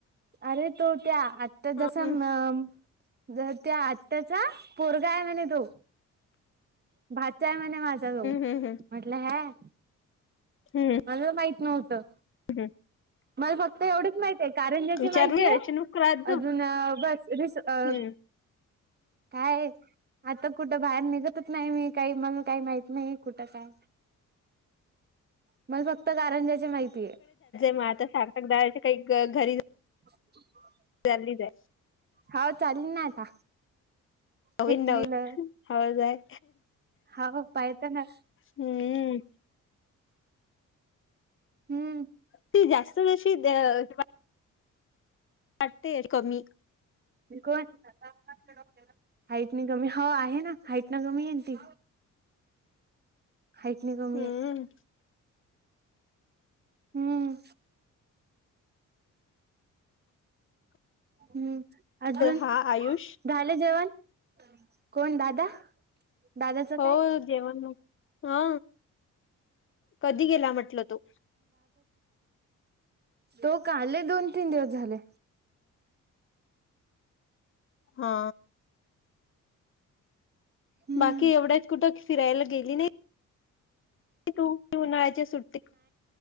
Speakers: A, on the right (about 30°); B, on the left (about 40°).
A: अरे तो त्या आता जसा
B: हम्म
A: अ.
B: हम्म
A: जर त्या आत््याचा पोरगा आहे म्ह तो भ. चं म्हणे माझा ह्यो
B: हम्म हम्म
A: म्हटलं ह्यां
B: हम्म
A: मला माहित नव्हतं
B: <inaudible>
A: मल फक्त एवढेच माहित हाय कारंज्याची
B: विचारली
A: माहितीये
B: अशनू राजू
A: अजून अह बस रीस अह
B: हम्म
A: काय हे आता कुठं बाहेर निघतच नाही मी काही मला काही माहीत नही कुठं काय मल फक्त कारंज्याची माहिती आहे.
B: म आता सार्थक दादा चे काही गं घरी
A: <inaudible>
B: चलली जाय
A: हा चालीन ना आता
B: होईन
A: चिखलीला
B: ना होईन हळु जाय
A: हाव पायता ना
B: हम्म
A: हम्म.
B: ती जास्त नशी अह <unintelligible> वाटते हे कमी
A: <unintelligible> हाईट नाही कमी हो आहे ना हाईट ना कमी ये ती हाईट न कमी
B: हम्म.
A: आहे हम्म. हम्म अर्जून
B: हा आयुष
A: झालं जेवण? कोण दादा? दादाचं
B: हो
A: काय
B: जेवण मग हा कधी गेला म्हटलं तो
A: तो काले दोन तीन दिवस झाले
B: हा.
A: हम्म.
B: बाकी एवढ्याच कुठं फिरायला गेली नाही? तू उन्हाळ्याच्या सुट्टी